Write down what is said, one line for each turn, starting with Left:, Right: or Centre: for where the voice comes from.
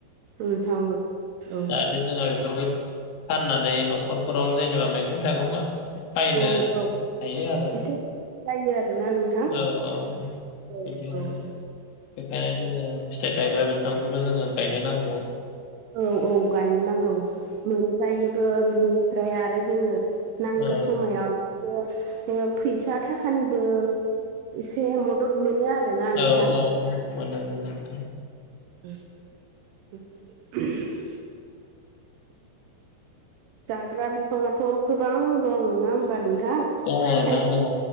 Right: नोंथां औ
Left: जाहाथे जोंहा बेफोरखौ फाननानै न'खरफोराव जेनेबा मैगं थाइगं बायनो
Right: औ औ
Left: हायो आरो
Right: एसे जायो आरोना नोंथां
Left: औ औ
Right: औ
Left: बिदियावनो
Right: औ औ
Left: बेखायनो जोङो फिथाइ थायग्रा बिफांखौबो जोङो गायनो नांगौ
Right: औ औ गायनो नांगौ मोनजायोबो बिनिफ्राय आरो जोङो नांगौ
Left: औ
Right: समायाव एसे फैसा थाखानिबो एसे मदद मोनो आरोना नोंथां
Left: औ औ औ मोनो मोनो नोंथां
Right: उ <inaudible> जाग्रा बिफाङाथ' गोबां दं नङा होमबा नोंथां?
Left: दङ नोंथां
Right: खायसे
Left: दङ